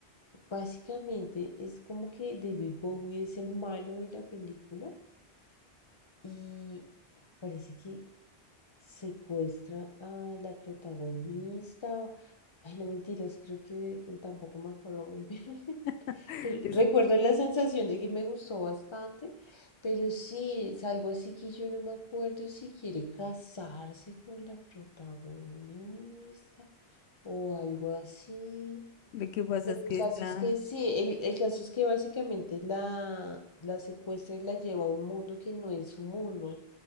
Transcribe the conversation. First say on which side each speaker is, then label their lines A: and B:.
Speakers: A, on the left; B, on the left.
A: Básicamente es como que David Bowie es el malo de la película y parece que secuestra a la protagonista. Ay, no mentiras, creo que tampoco me acuerdo muy bien. <laughs>
B: <laughs>
A: Pero
B: Es-
A: recuerdo la sensación de que me gustó bastante, pero sí, es algo así que yo no me acuerdo si quiere casarse con la protagonista o algo así.
B: lo que pasa
A: Pero
B: es que
A: el caso
B: esta,
A: es que sí, el, el caso es que básicamente la, la secuestra y la lleva a un mundo que no es su mundo.